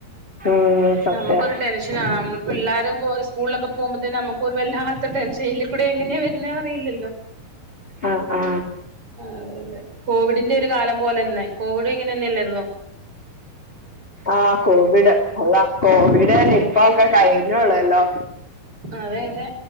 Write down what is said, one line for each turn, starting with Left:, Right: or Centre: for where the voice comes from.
Left: ഉം സത്യാ
Right: നമുക്കൊരു ടെൻഷന ആ നമ്മ പിള്ളാരും സ്കൂളിലൊക്കെ പോകുമ്പത്തേ നമുക്ക് വല്ലാത്ത ടെൻഷൻ എയിൽകുടെ എങ്ങനെയാ വരുന്ന അറിയില്ലല്ലോ
Left: ആആ
Right: ആഅതെ അതെ കോവിഡിന്റെ ഒരു കാലം പോലെ തന്നെ കോവിഡും ഇങ്ങനെ തന്നെ ഇല്ലായിന്നോ
Left: ആഹ കോവിഡ് അള്ളാ കോവിഡ് നിപ്പ ഒക്കെ കഴിഞ്ഞള്ളല്ലോ
Right: അതെ അതെ